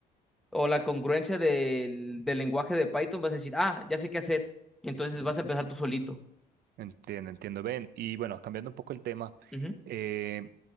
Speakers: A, in the centre; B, on the right.
A: o la congruencia del, del lenguaje de Python, vas a decir, ah, ya sé qué hacer. Y entonces vas a empezar tú solito.
B: Entiendo, entiendo. Ven, y bueno, cambiando un poco el tema,
A: Ujú,
B: eh,